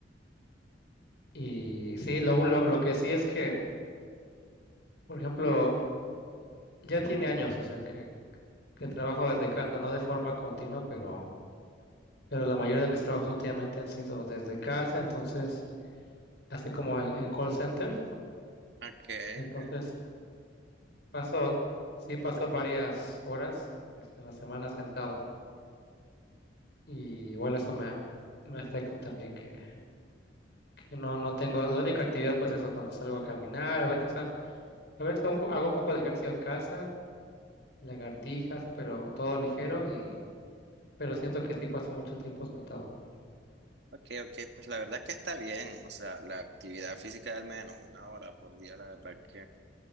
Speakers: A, on the left; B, on the right.
A: Y sí, lo, lo, lo que sí es que, por ejemplo, ya tiene años, o sea, que, que trabajo desde casa, no de forma continua, pero, pero la mayoría de mis trabajos últimamente han sido desde casa, entonces, así como en, en call center,
B: Okay,
A: entonces
B: okay.
A: paso, sí paso varias horas, este, en la semana sentado. Y igual eso me, me afecta también que, que no, no tengo, la única actividad pues eso, cuando salgo a caminar, a veces... A veces hago un po- hago un poco de ejercicio en casa, lagartijas, pero todo ligero y, pero siento que sí paso mucho tiempo sentado.
B: Okay, okay, pues la verdad que está bien, o sea, la actividad física de al menos una hora por día, la verdad que